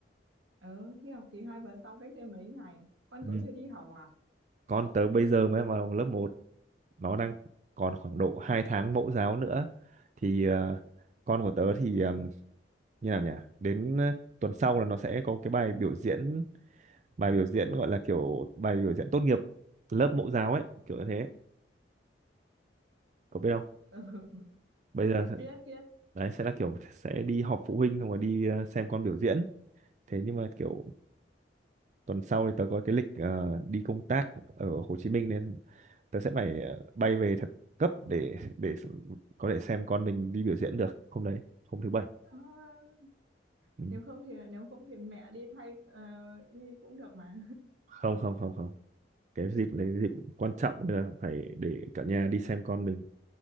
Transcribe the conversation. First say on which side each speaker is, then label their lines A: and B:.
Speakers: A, on the right; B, on the right.
A: ừ, thi học kỳ 2 vừa xong cách đây mấy ngày con
B: Ừ.
A: cậu chưa đi học à
B: Con tớ bây giờ mới vào lớp một, nó đang còn khoảng độ 2 tháng mẫu giáo nữa. Thì ờ, con của tớ thì ờ, như nào nhỉ? Đến ờ, tuần sau là nó sẽ có cái bài biểu diễn bài biểu diễn gọi là kiểu bài biểu diễn tốt nghiệp lớp mẫu giáo ấy kiểu như thế cậu biết không
A: <laughs> ừ,
B: bây
A: ừ
B: giờ
A: biết biết
B: đấy sẽ là kiểu sẽ đi họp phụ huynh xong rồi đi ờ, xem con biểu diễn thế nhưng mà kiểu tuần sau thì tớ có cái lịch ờ, đi công tác ở Hồ Chí Minh nên tớ sẽ phải ờ, bay về thật cấp để để có thể xem con mình đi biểu diễn được hôm đấy hôm thứ bảy
A: à,
B: ừ.
A: nếu không thì nếu không thì mẹ đi thay ờ, đi cũng được mà
B: không không không không cái dịp đấy dịp quan trọng nên là phải để cả nhà đi xem con mình